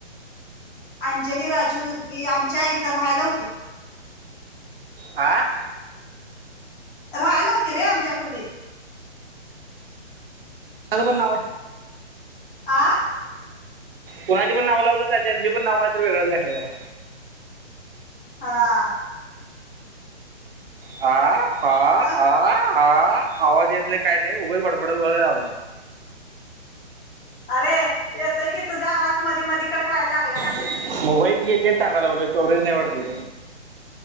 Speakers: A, on the left; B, on the right.
A: अंजली राजूदुर्गी आमच्या इत राहायला होती.
B: हा.
A: राहायला होती रे आमच्या खोलीत.
B: आता पण
A: आ.
B: कुणाचे पण नाव चालती पण नाव काहीतरी वेगळंच घातलं जरा.
A: हा.
B: हा हा
A: मग
B: ह हा आवाज येत नाही काही नाही उघंच बडबडत बघ रा
A: अरे येतोय की तुझा आवाज मधी मधी कट वायला लागलाय.
B: मग होई ग ते. मगाशीच सांगितलं कव्हरेज नाही वरती.